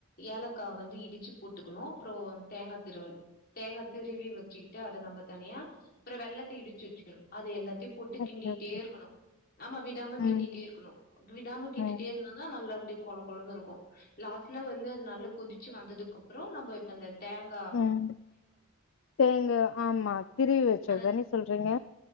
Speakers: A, on the left; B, on the left.
A: ஏலக்கா வந்து இடிச்சு போட்டுக்ணு அப்புறோ தேங்கா திருவல் தேங்கா திருவி வச்சிக்கிட்டு அத நம்ப தனியா அப்புறோ வெள்ளத்த இடிச்சி வச்சிக்கணு அது எல்லாத்தையு போட்டு
B: ஓகே
A: கிண்டிக்கிட்டே
B: ஓகே
A: இருக்கணு ஆமா விடாம
B: ம்
A: கிண்டிட்டே இருக்கணு விடாம கிண்டிட்டே
B: ம்
A: இருந்தாதா நல்லா அப்டி கொழ கொழன்னு இருக்கு லாஸ்ட்ல வந்து அது நல்ல கொதிச்சு வந்ததுக்கு அப்புறோ நம்ப இப்ப இந்த தங்க்
B: ம் தேங்கா ஆமா திருவி வச்சது
A: அந்த
B: தானே சொல்றீங்க